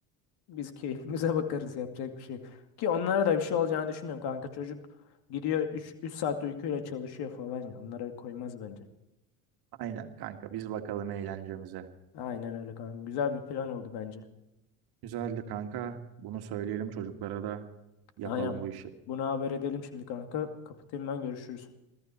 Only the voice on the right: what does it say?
Aynen kanka biz bakalım eğlencemize.
Güzeldi kanka. Bunu söyleyelim çocuklara da yapalım
bu işi.